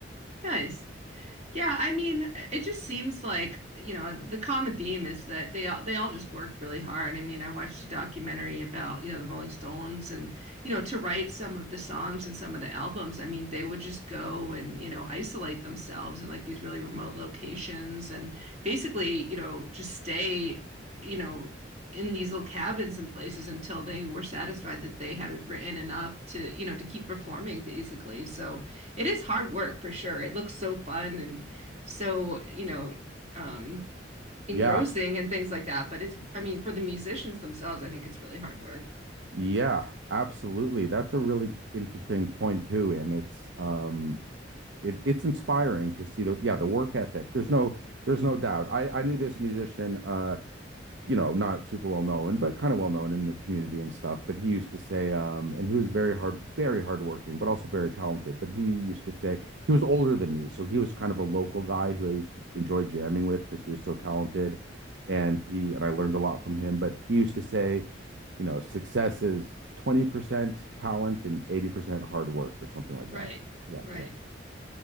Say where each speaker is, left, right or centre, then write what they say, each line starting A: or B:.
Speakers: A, on the right; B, on the right.
A: Nice. Yeah, I mean, uh, it just seems like, you know, the common theme is that they all they all just worked really hard. I mean, I watched a documentary about, you know, the Rolling Stones and, you know, to write some of the songs and some of the albums. I mean, they would just go and, you know, isolate themselves in like these really remote locations and basically, you know, just stay, you know, in these little cabins and places until they were satisfied that they had written enough to, you know, to keep performing basically. So, it is hard work for sure. It looks so fun and so you know um engrossing
B: Yeah,
A: and things like that but it's i mean for the musicians themselves i think it's really hard work
B: Yeah, absolutely. That's a really interesting point too, and it's um it it's inspiring to see the yeah, the work ethic. There's no there's no doubt. I I knew this musician uh you know, not super well known, but kind of well known in the community and stuff. But he used to say, um, and he was very hard, very hardworking, but also very talented. But he used to say he was older than me, so he was kind of a local guy who I used to enjoy jamming with because he was so talented, and he and I learned a lot from him. But he used to say, you know, success is 20% talent and 80% hard work or something like
A: Right.
B: that. Yeah,
A: Right.
B: yeah.